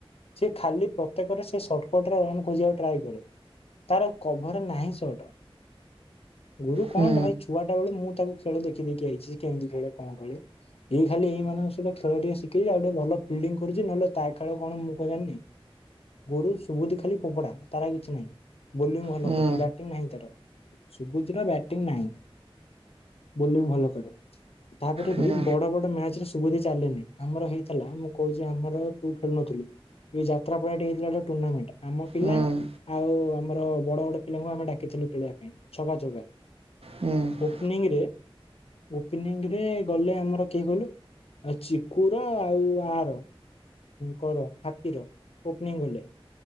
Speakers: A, on the left (about 75°); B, on the right (about 75°).
A: ସେ ଖାଲି ପ୍ରତ୍ୟେକରେ ସେ ସର୍ଟକଟରେ ରନ୍ ଖୋଜିବାକୁ ଟ୍ରାଏ କରେ। ତାର କଭର ନାହିଁ ସଟ। ଗୁରୁ କଣ
B: ହୁଁ
A: ଭାଇ ଛୁଆଟା ବେଳୁ ମୁଁ ତାକୁ ଖେଳୁ ଦେଖି ଦେଖି ଆଇଛି କେମିତି ଖେଳେ କଣ ଖେଳେ। ଏଇ ଖାଲି ଏଇ ମାନଙ୍କ ସହିତ ଖେଳ ଟିକେ ଶିଖି ଆଉ ଟିକେ ଭଲ ଫିଲ୍ଡିଂ ଛି ନହେଲେ ତା ଖେଳ କଣ ମୁଁ କ ଜାଣିନି, ଗୋରୁ ସୁଦୁ ଖାଲି ଫୋପଡା ତାର କିଛି ନାହିଁ। ବୋଲିଂ ଭଲ
B: ହୁଁ
A: କରେ, ବ୍ୟାଟିଂ ନାହିଁ ତାର, ସୁବୁଜର ବ୍ୟାଟିଂ ନାହିଁ। ବୋଲିଂ ଭଲ କରେ। ତାପରେ
B: ହୁଁ
A: ବି ବହୁତ୍ ବଡ ବଡ ମ୍ୟାଚରେ ସୁବୋଧି ଚାଲେନି, ଆମର ହେଇଥିଲା ଆମକୁ କହୁଛି ଆମର ତୁ ଖେଳୁନଥିଲୁ, ଏ ଯାତ୍ରା ପରେ ହେଇଥିଲା ଗୋଟେ ଟୁର୍ଣ୍ଣାମେଣ୍ଟ ଆମ ପିଲା
B: ହୁଁ
A: ଆଉ ଆମର ବଡ ବଡ ପିଲାଙ୍କୁ ଆମେ ଡାକିଥିଲୁ ଖେଳିବା ପାଇଁ ଛକା, ଚୌକା।
B: ହୁଁ
A: ଓପନିଂରେ ଓପନିଂ ରେ ଗଲେ ଆମର କିଏ କହିଲୁ ଚିକୁ ର ଆଉ ଆର। କର ହାପିର ଓପନିଙ୍ଗ ଗଲେ,